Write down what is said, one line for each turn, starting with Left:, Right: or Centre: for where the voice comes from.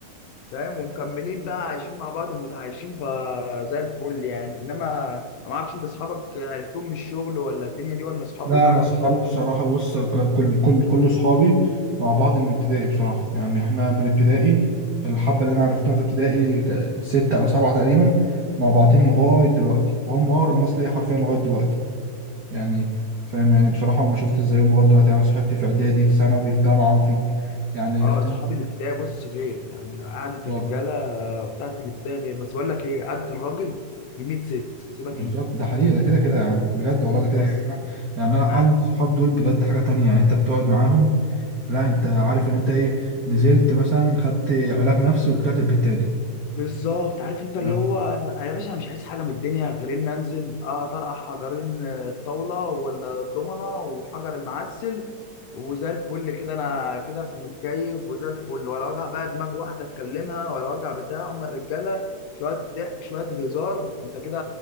Left: فاهم ومكملين بقى عايشين مع بعض ومتعايشين فزي الفل يعني انما ما اعرفش انت اصحابك عرفتهم من الشغل ولا الدنيا دي ولا اصحاب
Right: لا
Left: قدام
Right: انا اصحابي
Left: اصلا
Right: بصراحه بص ك- كل كل كل اصحابي مع بعض من ابتدائي بصراحه يعني احنا من ابتدائي الحبه اللي انا عرفتهم في ابتدائي ك- سته او سبعه تقريبا مع بعضين لغايه دلوقتي وهم اقرب ناس ليا حرفيا لغايه دلوقتي يعني فاهم يعني بصراحه ما شفتش زيهم لغايه دلوقتي يعني أنا صاحبتي في اعدادي في ثانوي في جامعه في ج- يعني
Left: اه
Right: فاهم
Left: اصحاب الابتدائي بص غير يعني قعده
Right: بالظبط
Left: الرجاله آه، بتاعت الابتدائي غير بس بقول لك ايه قعده الراجل ب 100 ست سيبك
Right: بالظبط
Left: انت
Right: ده حقيقه ده كده كده يا عم بجد والله ده كده
Left: بس
Right: كده يعني انا قعدة
Left: آه.
Right: الصحاب دول بجد حاجه تانية يعني انت بتقعد معاهم لا انت عارف ان انت ايه نزلت مثلا خدت علاج نفسي وطلعت البيت تاني
Left: بالظبط عارف انت اللي
Right: نعم.
Left: هو آه، يا باشا انا مش عايز حاجه من الدنيا غير ان انزل اه طرح حجرين آه، الطاوله ولا الضمنه وحجر المعسل وزي الفل كده انا كده متكيف وزي الفل ولا وجع بقى دماغ واحده اتكلمها ولا وجع بتاع هم الرجاله شويه الضحك شويه الهزار انت كده